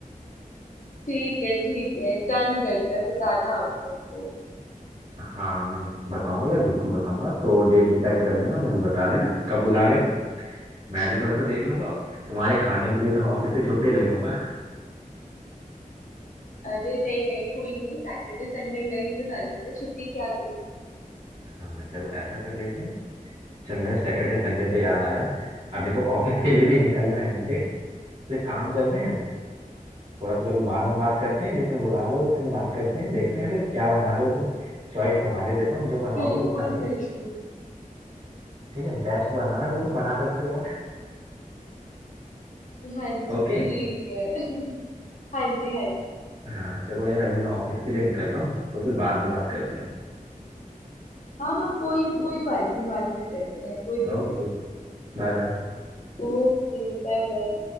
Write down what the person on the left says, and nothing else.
ठीक है ठीक है डन करते हैं बताना आप मेरे को
अरे नहीं नहीं कोई नहीं सैटरडे संडे का ही बना लेते हैं छुट्टी क्या देनी
बिल्कुल
बिल्कुल
हाँ जी
ठीक है <laughs> हाँ जी हाँ जी
हाँ हाँ कोई कोई बात नहीं बाद में करते हैं कोई दिक्कत
नहीं
Okay bye bye